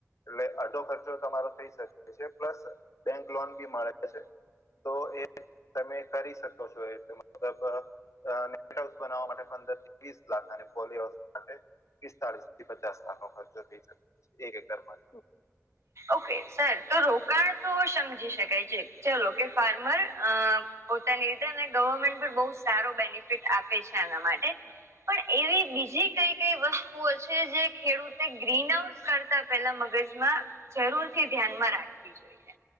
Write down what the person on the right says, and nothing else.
ઓકે. સર તો રોકાણ તો સમજી શકાય છે. ચલો કે ફાર્મર અ પોતાની રીતે ગવર્મેન્ટ પણ બોઉ સારો બેનિફિટ આપે છે એના માટે. પણ એવી બીજી કઈ કઈ વસ્તુઓ છે જે ખેડૂતે ગ્રીન હાઉસ કરતા પેલા મગજમાં જરૂર થી ધ્યાનમાં રાખવી જોઈએ.